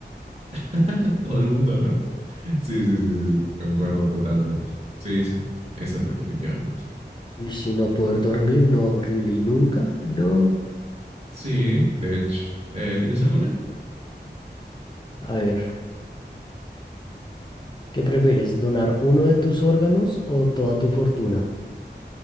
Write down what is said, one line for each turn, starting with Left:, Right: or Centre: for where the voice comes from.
Right: <laughs> Todo el mundo, ¿no? Sí, sí, sí, sí, sí. Concuerdo totalmente. Sí, sí. Esa definitivamente.
Left: Uy, si no poder dormir, no, horrible, y nunca, no.
Right: Sí, de hecho. Eh, ¿tienes alguna?
Left: A ver, ¿qué prefieres, donar uno de tus órganos o toda tu fortuna?